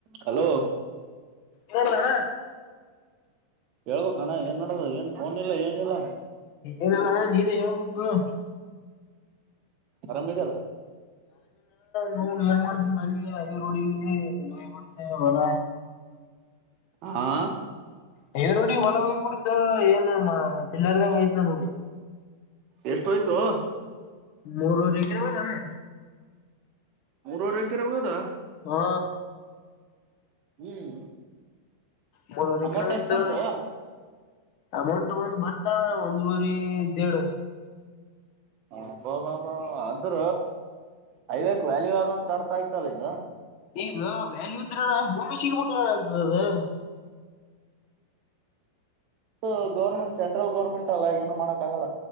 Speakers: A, on the right; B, on the left.
A: ಹಲೋ
B: ನೋಡದಣ.
A: ಹೇಳ್ಬೇಕು ಅಣ್ಣ ಏನ್ ನಡದದ ಏನ್ ಫೋನಿಲ್ಲ ಏನಿಲ್ಲ.
B: ಏನಣ್ಣ ನೀನ್ ಹೇಳ್ಬ ಕ
A: ಆರಾಮ ಅದಿಯಲ್ಲ.
B: ನೋವು ನೀೇರ್ ಮಾಡಿದ ಮ ಐವರ ಹಳಗ ನೋಯ್ ಬಿಡ್ತೇವೆ ಹೊಲ
A: ಹಾ
B: ದೇವ್ರಡಿ ಹೊಲ ಹೋಗ್ಬಿಡ್ದ ಏನ್ ತಿಲ್ಲರ್ದಾಗ ಐತ್ ನಮಗ್.
A: ಎಷ್ಟ್ ಹೋಯಿತೋ.
B: ಮೂರುವರೆ ಎಕ್ರೆ ಹೋಗ್ಯದ ಅಣ್ಣಾ.
A: ಮೂರವರೆ ಎಕರೆ ಹೋಗದಾ?
B: ಹಾ
A: ಹ್ಮ್
B: ಮೂರವರೆ
A: ಅಮೌಂಟ್
B: ಎಕರೆ ಹೋಯ್ತು.
A: ಎಷ್ಟ್ ಬಂತು
B: ಅಮೌಂಟ್ ಒಂದ್ ಬರ್ತಾಳ ಒಂದುವರಿ ದೀಡ್
A: ಅಬ್ಬಬ್ಬಾ ಅಂದ್ರ ಹೈವೇಕ ವ್ಯಾಲಿವ ಆದ ಅರ್ಥ ಆಯ್ತಲ್ಲ ಇಗ.
B: ಈಗ ವ್ಯಾಲ್ಯೂ ಇದ್ರಣ ಭೂಮಿ ಸಿಗ್ಬೇಕಲಣ ಅಂತದ್ದ ಅದ.
A: ಇದ ಗೌರ್ಮೆಂಟ್ ಸೆಂಟ್ರಲ್ ಗೌರ್ಮೆಂಟ್ ಅಲ್ಲ ಏನು ಮಾಡಕ್ಕ ಆಗಲ್ಲ.